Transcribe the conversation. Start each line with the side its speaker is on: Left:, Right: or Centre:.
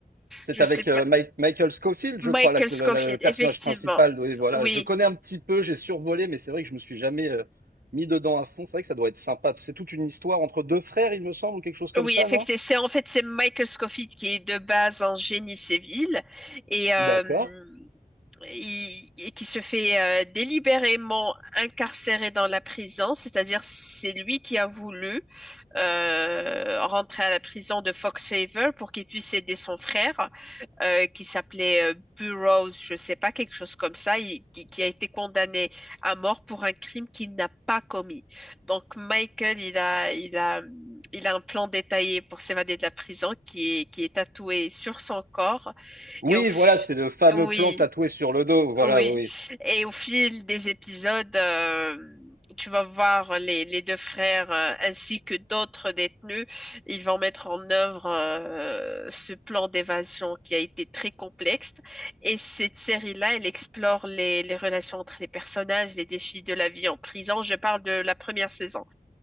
Right: C'est
Centre: je
Right: avec
Centre: sais pas,
Right: euh, Mike- Michael Scofield, je
Centre: Michael
Right: crois, la-
Centre: Scofield,
Right: la- la- le personnage
Centre: effectivement.
Right: principal. Oui, voilà.
Centre: Oui.
Right: Je connais un petit peu, j'ai survolé, mais c'est vrai que je me suis jamais euh, mis dedans à fond. C'est vrai que ça doit être sympa. C'est toute une histoire entre deux frères, il me semble, ou quelque chose comme
Centre: Oui,
Right: ça,
Centre: effectivement,
Right: non?
Centre: c'est en fait c'est Michael Scofield qui est de base un génie civil et, euh,
Right: D'accord.
Centre: il- et qui se fait euh, délibérément incarcérer dans la prison, c'est-à-dire c'est lui qui a voulu euh, rentrer à la prison de Fox Favor pour qu'il puisse aider son frère euh, qui s'appelait euh, Burroughs, je sais pas, quelque chose comme ça, il- qui, qui a été condamné à mort pour un crime qu'il n'a pas commis. Donc Michael, il a, il a, il a un plan détaillé pour s'évader de la prison qui est, qui est tatoué sur son corps.
Right: Oui,
Centre: Et au f-
Right: voilà, c'est le fameux
Centre: oui.
Right: plan tatoué sur le dos. Voilà,
Centre: Oui,
Right: oui.
Centre: et au fil des épisodes, euh, tu vas voir les, les deux frères euh, ainsi que d'autres détenus, ils vont mettre en œuvre euh, ce plan d'évasion qui a été très complexe. Et cette série-là, elle explore les, les relations entre les personnages, les défis de la vie en prison. Je parle de la première saison.